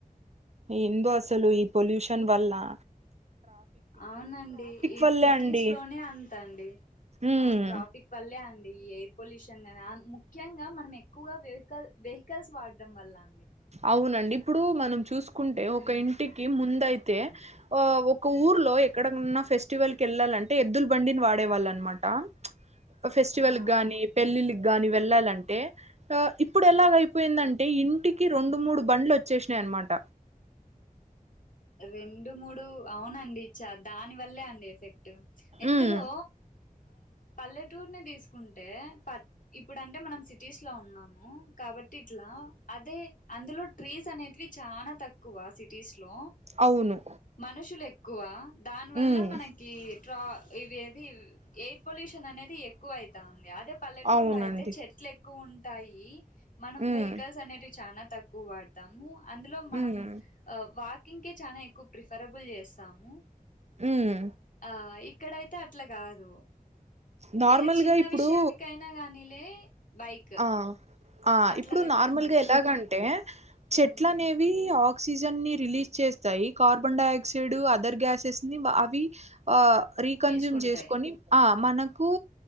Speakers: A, on the right (about 50°); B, on the left (about 65°).
A: ఏందో అసలు ఈ పొల్యూషన్ వల్లా
B: అవునండీ ఈ
A: వల్లే
B: సిటీస్
A: అండి
B: లోనే అంతండీ
A: ఉమ్
B: అవును ట్రాఫిక్ వాళ్ళే అన్ ఈ ఎయిర్ పొల్యూషన్ దినామ్ ముఖ్యంగా మనం ఎక్కువగా వెవికల్ వెహికల్స్ వాడం వల్లా
A: అవునండి ఇప్పుడు మనం చూసుకుంటే ఒక
B: మ్మ్
A: ఇంటికి ముందయ్ అయితే ఆ ఒక ఊర్లో ఎక్కడన్నా ఫెస్టివల్ కి వెళ్ళాలంటే ఎద్దుల బండిని వాడేవాళ్ళనమాట ఫెస్టివల్
B: ఆ
A: గాని పెళ్ళిళ్కి గాని వెళ్ళాలన్ అంటే ఇప్పుడు ఎలాగ అయిపోయిందంటే ఇన్ ఇంటికి రెండు మూడు బండ్లు వచ్చేసినాయి అనమాట
B: రెండు మూడు అవునండీ చ్చ దాని వల్లే అండీ ఎఫెక్ట్ ఇందులో
A: ఉమ్
B: పల్లెటూరుని తీసుకుంటే పట్ ఇ ఇప్పుడు అంటే మనం సిటీస్ లో ఉన్నాము కాబట్టి ఇట్లా అదే అందులో ట్రీస్ అనేటివి చా చాన తక్కువ సిటీస్ లో
A: అవును
B: మనుషులు ఎక్కువ దాని వల్ల
A: ఉమ్
B: మనకీ ట్రా ఇవి ఏది ఎయిర్ పొల్యూషన్ అనేది ఎక్కువ అయితాంది యాదో పల్లెటూరులో
A: అవునండి
B: అయితే చెట్లు ఎక్కువ ఉంటాయి మనం
A: ఉమ్
B: వెహికల్స్ అనేటివి చానా తక్కువ వాడతాము అందులో మనం
A: ఉమ్
B: వాకింగ్ కీ చానా ఎక్కువ ప్రిఫరబుల్ చేస్తామూ
A: ఉమ్
B: ఆ ఇక్కడయితే అట్ల గాదు
A: నార్మల్గా
B: ఏ చిన్న
A: ఇప్పుడు
B: విషయానికైనా గానీలే బైక్
A: ఆ ఆ
B: అట్లా
A: ఇప్పుడు
B: వెళ్తామండి
A: నార్మల్గా ఎలాగంటే చెట్ల
B: ఉమ్
A: అనేవీ ఆక్ ఆక్సిజన్ని రిలీజ్ చేస్తాయి కార్బన్ డైఆక్సైడ్ అదర్ గ్యాసెస్ ని అవీ ఆ రీకన్జ్యూమ్
B: పీల్చుకుంటాయి
A: చేసుకొని అ మనకూ